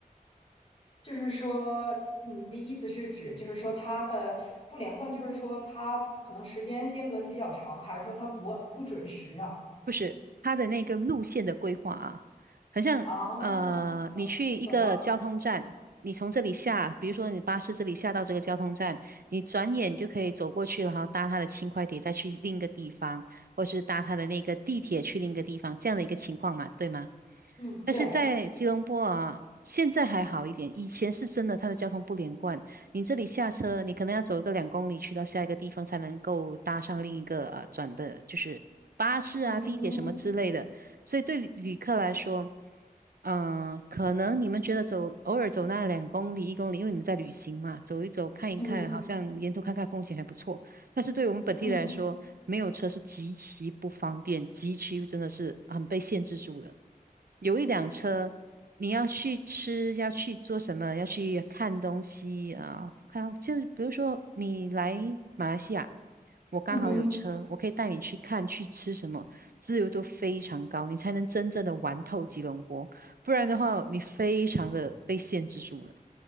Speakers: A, on the left (about 40°); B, on the right (about 80°).
A: 就是说，你的意思是指，就是说它的不连贯，就是说它可能时间间隔的比较长，还是说它不不准时啊？
B: 不是，它的那个路线的规划啊，好像呃，
A: 啊，懂懂了，
B: 你去一个交通站，你从这里下，比如说你巴士这里下到这个交通站，你转眼就可以走过去了，然后搭它的轻快铁再去另一个地方，或是搭它的那个地铁去另一个地方，这样的一个情况嘛，对吗？
A: 嗯，
B: 但是在吉隆坡啊，
A: 对，
B: 现在还好一点，以前是真的它的交通不连贯，你这里下车，你可能要走一个两公里去到下一个地方才能够搭上另一个啊转的，就是巴士啊、
A: 嗯嗯
B: 地铁什么之类的。所以对旅旅客来说，嗯、可能你们觉得走偶尔走那两公里、一公里，因为你们在旅行嘛，走一走看一看，
A: 嗯
B: 好像沿途看看风景还不错。但是对我们本地人来说，
A: 嗯
B: 没有车是极其不方便，极其真的是很被限制住的。有一辆车，你要去吃，要去做什么，要去看东西啊，看，就比如说你来马来西亚，我刚好有车，
A: 嗯哼。
B: 我可以带你去看去吃什么，自由度非常高，你才能真正的玩透吉隆坡，不然的话，你非常的被限制住了。